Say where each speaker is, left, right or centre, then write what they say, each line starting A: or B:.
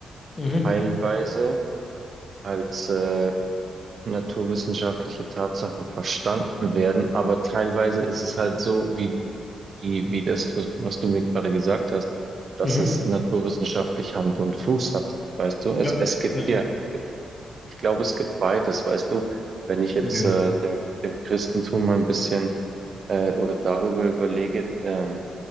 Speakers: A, on the left; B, on the right.
A: Mhm.
B: teilweise als äh, naturwissenschaftliche Tatsachen verstanden werden, aber teilweise ist es halt so, wie, wie, wie das, was, was du mir gerade gesagt hast, dass
A: Mhm.
B: es naturwissenschaftlich Hand und Fuß hat, weißt du?
A: Ja.
B: Es, es gibt
A: Ja.
B: ja. Ich glaube, es gibt beides, weißt du, wenn ich jetzt
A: Ja. Genau.
B: äh, dem, dem Christentum mal ein bisschen äh, oder darüber überlege, ähm,